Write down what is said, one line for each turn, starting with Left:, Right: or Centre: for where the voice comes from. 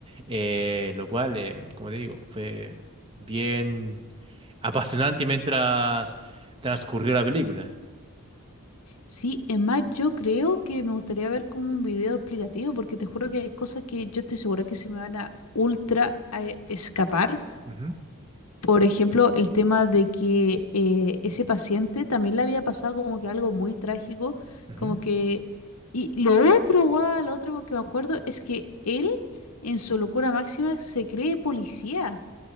Right: eh, lo cual, eh, como te digo, fue bien apasionante mientras transcurrió la película.
Left: Sí, es más, yo creo que me gustaría ver como un video explicativo, porque te juro que hay cosas que yo estoy segura que se me van a ultra a e- escapar.
Right: Ujú,
Left: Por ejemplo, el tema de que eh, ese paciente también le había pasado como que algo muy trágico,
Right: ujú.
Left: como que... Y lo otro, guau, lo otro que me acuerdo es que él, en su locura máxima, se cree policía.